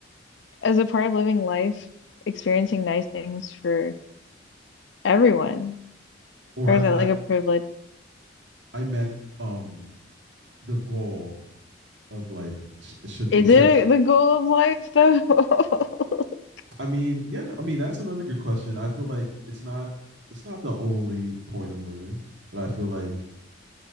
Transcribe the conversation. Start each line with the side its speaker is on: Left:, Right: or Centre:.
Left: As a part of living life, experiencing nice things for everyone?
Right: Or
Left: Or
Right: I
Left: is that
Right: I,
Left: like a privilege?
Right: I meant um the goal of life sh- should be
Left: Is
Right: to
Left: it the goal of life though? <laughs>
Right: I mean, yeah, I mean that's another good question. I feel like it's not it's not the only point of living, but I feel like